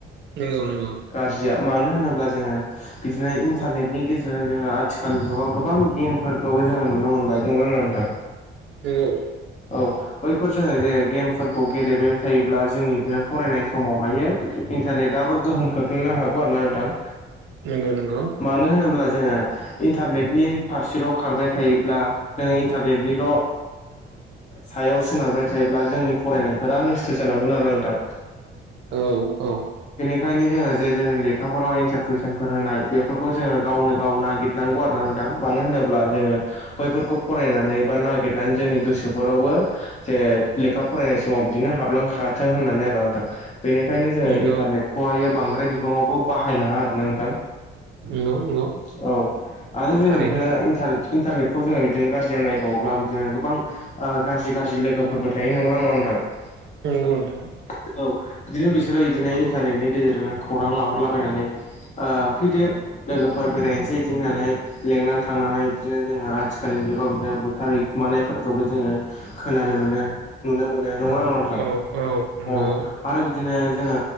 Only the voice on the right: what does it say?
नंगौ नंगौ।
नंगौ।
नंगौ नंगौ।
औ औ।
नंगौ
नंगौ। नंगौ
थारैनो
नंगौ नोंथां
औ
औ नंगौ